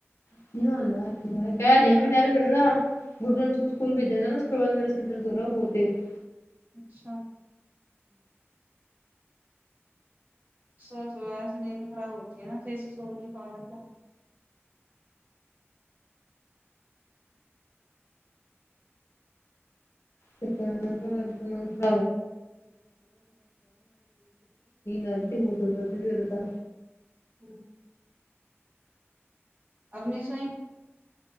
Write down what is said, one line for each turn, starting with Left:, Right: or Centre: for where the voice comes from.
Left: <unintelligible> <unintelligible>
Right: اچھا سو صبح سے نیند خراب ہوتی ہے نا صحی سے سو نہیں پایا ہوتا
Left: <unintelligible> اتنی نیند ا رہی تھی اور سر درد بھی ہو رہ تھا
Right: ہوں اب نئے سوئی